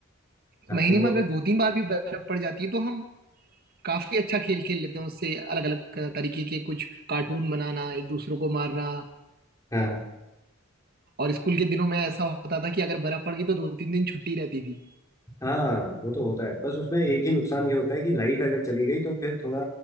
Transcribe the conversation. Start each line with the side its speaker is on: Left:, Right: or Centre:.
Left: हाँ,
Right: महीने
Left: तो वो
Right: में अगर दो तीन बार भी बर्फ पड़ जाती है तो हम काफी अच्छा खेल खेल लेते हैं उससे अलग अलग तरीके के कुछ कार्टून बनाना एक दूसरों को मारना
Left: हाँ हाँ
Right: और स्कूल के दिनों में ऐसा होता था कि अगर बर्फ पड़ गई तो दो तीन दिन छुट्टी रहती थी
Left: हाँ वो तो होता है बस उसमें एक ही नुकसान ये होता है कि लाइट अगर चली गई तो फिर थोड़ा